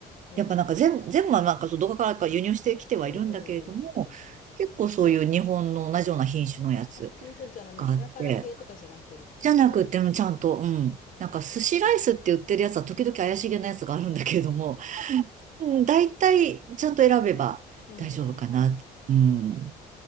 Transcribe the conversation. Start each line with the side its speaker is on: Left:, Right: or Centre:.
Left: お
Right: やっぱなんか全部、全部はなんかそうどこからか輸入してきてはいるんだけれども、
Left: ーうんうんうんうん。
Right: 結構そういう日本の同じような品種のやつ
Left: あ、本当じゃあ、あの、
Right: があって、
Left: パラパラ系とかじゃなくて、ちゃんとしてるんだ。
Right: じゃなくってもちゃんと、うん。なんか寿司ライスって売ってるやつは時々怪しげなやつがあるんだけれども、うん、大体ちゃんと選べば大丈夫かなって。
Left: うんう
Right: うん。